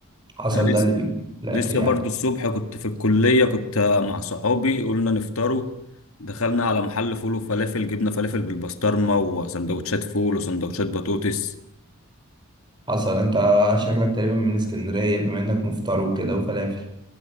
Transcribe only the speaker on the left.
انا
لسه
لسه
برضو الصبح كنت في الكليه كنت مع صحابي قلنا نفطروا دخلنا على محل فول وفلافل جبنا فلافل بالبسطرمه وسندوتشات فول وسندوتشات بطاطس